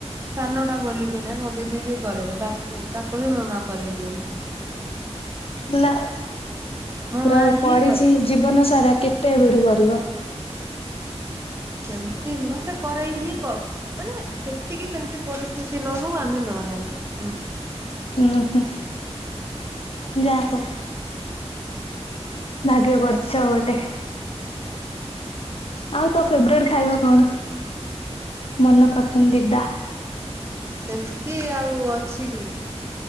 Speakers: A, on the right; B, on the left.
A: ସାନ ଟା ବୋଲିକି ନାଇଁ ମୋ ଦିଦି ବି କରେନି ତାକୁ ତାକୁ ବି ମୋ ମା କରେଇ ଦିଏନି।
B: ହେଲା ଉ
A: ମୋ
B: ପୁରା
A: ମା ହିଁ
B: ପଡିଛି
A: କରେ।
B: ଜୀବନ ସାରା କେତେ ଏବେଠୁ କରିବ।
A: ସେମିତି ନୁହଁ ସେ କରେଇ ହି କ କ ମାନେ ସେତିକି ସେମିତି ପରିସ୍ଥିତି ନ ହଉ ଆମେ ନ ରାନ୍ଧୁ ସେମିତି
B: ଉୁଁ ହୁଁ ଯାହା ହଉ ଭାଗ୍ୟ କରିଛ ଗୋଟେ। ଆଉ ତୋ ଫେବରଟ ଖାଇବା କଣ ମନ ପସନ୍ଦିଦା।
A: ସେମିତି ଆଉ ଅଛି କି।